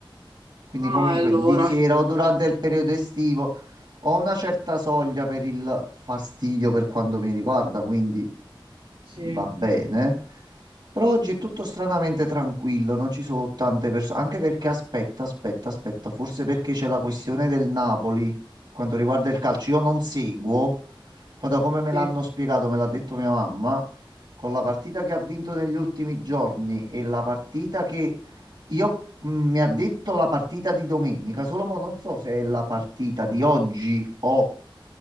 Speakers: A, on the right; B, on the right.
A: Quindi
B: Ah,
A: comunque
B: allora,
A: di sera o durante il periodo estivo ho una certa soglia per il fastidio per quanto mi riguarda, quindi
B: sì,
A: va bene. Però oggi è tutto stranamente tranquillo, non ci sono tante persone, anche perché aspetta, aspetta, aspetta, forse perché c'è la questione del Napoli, quanto riguarda il calcio, io non seguo, ma da come me l'hanno
B: sì.
A: spiegato, me l'ha detto mia mamma, con la partita che ha vinto negli ultimi giorni e la partita che io mh, mi ha detto la partita di domenica, solo mo non so se è la partita di oggi o